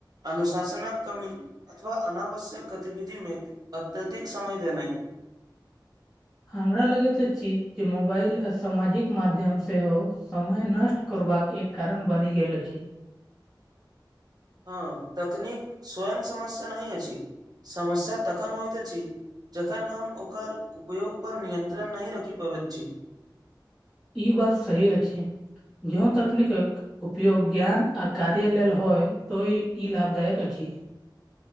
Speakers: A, on the right (about 55°); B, in the centre.
A: अनुशासनक कमी अथवा अनावश्यक गतिविधिमे अत्यधिक समय देनाइ
B: हामरा लगैत अछि जे मोबाइल आ सामाजिक माध्यम सेहो समय नष्ट करबाके एक कारण बनि गेल अछि
A: हँ तकनीक स्वयं समस्या नहि अछि समस्या तखन होइत अछि जखन हम ओकर उपयोग पर नियन्त्रण नहि रखि पबैत छी
B: ई बात सही अछि जोउ तकनीकक उपयोग ज्ञान आ कार्य लेल होइ तऽ ई लाभदायक अछि